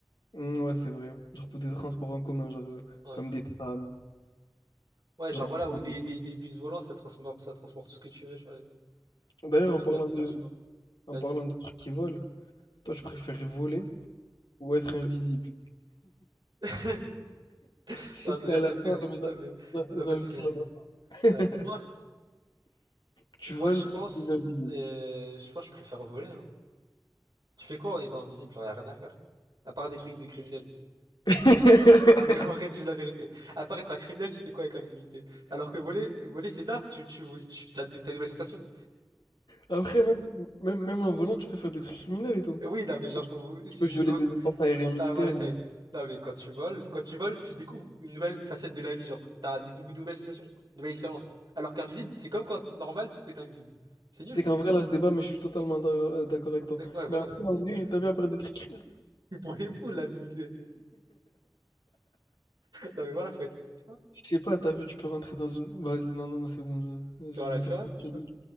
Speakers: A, on the left; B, on the right.
A: Mm, ouais, c'est vrai. Genre pour des transports en commun, genre euh,
B: Ouais.
A: comme des trams.
B: Ouais,
A: Genre
B: genre
A: des
B: voilà,
A: trams.
B: ou des, des, des bus volants, ça transporte, ça transporte tout ce que tu veux, tu vois.
A: D'ailleurs,
B: Je trouve
A: en
B: ça
A: parlant
B: plus
A: de,
B: pertinent.
A: En
B: Vas-y.
A: parlant de trucs qui volent, toi, tu préférais voler ou être invisible?
B: <laughs>
A: Je sais
B: Là, de
A: que t'es
B: dire
A: à la
B: parce
A: fin,
B: que,
A: mais
B: là,
A: j'ai
B: mais, là,
A: j'ai
B: parce
A: envie de
B: que,
A: savoir. <laughs>
B: euh, moi,
A: Tu
B: moi,
A: voles
B: je pense,
A: ou tu deviens invisible?
B: euh, je pense que je préfère voler, hein. Tu fais quoi en étant invisible? Genre, y a rien à faire. À part des trucs de criminels.
A: <laughs>
B: Ah, mais en vrai, j'ai la vérité. À Apparaître un criminel, tu fais quoi avec l'invisibilité? Alors que voler, voler, c'est dark, tu, tu, tu, t'as des, t'as des nouvelles sensations.
A: Après, même, même, même en volant, tu peux faire des trucs criminels et tout.
B: Oui, non, mais genre, vous-
A: Tu
B: si,
A: peux
B: si,
A: violer
B: quand,
A: des espaces aériens militaires
B: ah, voilà, ça,
A: ou...
B: c'est- non, mais quand tu voles, quand tu voles, tu découvres une nouvelle facette de la vie, genre, t'as des nouveaux- nouvelles sensations, une nouvelle expérience. Alors qu'invisible, c'est comme quand normal, sauf que t'es invisible. C'est nul.
A: Tu sais qu'en vrai, là, je débat, mais je suis totalement d'ac- euh, d'accord avec toi.
B: D'ac- Ouais, voilà,
A: Mais après,
B: merci.
A: en vrai,
B: <laughs>
A: t'as vu, après des trucs... criminels,
B: C'est pour les fous, de l'invisibilité. Non, mais voilà, faut être, tu vois,
A: Je sais pas, t'as vu, tu peux rentrer dans une... Vas-y, non, non, non, c'est bon, je, je
B: voilà,
A: vais me
B: tu
A: faire
B: vois,
A: censurer.
B: tu vois,
A: Je